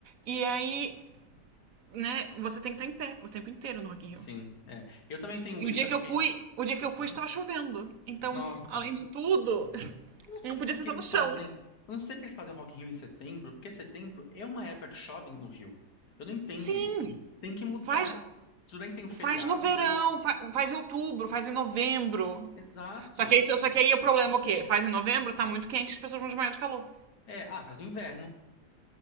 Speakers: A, on the right; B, on the left.
A: E aí, né, você tem que estar em pé o tempo inteiro no Rock in Rio.
B: sim. É. Eu também tenho
A: E
B: isso,
A: o dia
B: já
A: que
B: fiquei.
A: eu fui, o dia que eu fui
B: Hã?
A: estava chovendo. Então,
B: Nossa,
A: além de tudo,
B: eu não sei
A: Não podia
B: porque
A: sentar
B: eles
A: no chão.
B: fazem. Eu não sei porque eles fazem Rock in Rio em setembro, porque setembro é uma época que chove no Rio. Eu não entendo
A: Sim.
B: isso. Tem que mudar.
A: Faz,
B: Tudo bem que tem um feriado,
A: faz no verão,
B: né?
A: fa- faz, em outubro, faz em novembro.
B: Exato.
A: Só que, aí, só que aí o problema é o quê? Faz em novembro, tá muito quente, as pessoas vão desmaiar de calor.
B: É, ah, faz no inverno.